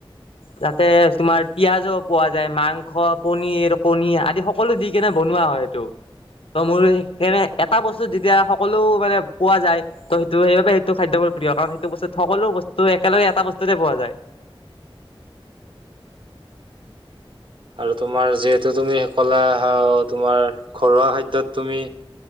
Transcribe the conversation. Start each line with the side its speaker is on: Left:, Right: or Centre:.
Left: যাতে তোমাৰ পিয়াজো পোৱা যায়। মাংস, পনিৰ, কণী আদি সকলো দি কেনে বনোৱা হয়। সেইটো, তহ মোৰো সেকাণে এট এটা বস্তু যেতিয়া সকলো মানে পোৱা যায়, তহ সেইটো সেইবাবে সেইটো খাদ্য মোৰ প্ৰিয়, কাৰণ সেইটো বস্তুত সকলো বস্তু তহ একেলগে এটা বস্তুতে পোৱা যায়।
Right: আৰু তোমাৰ যিহেতু তুমি কলা হয়, তোমাৰ ঘৰুৱা খাদ্যত তুমি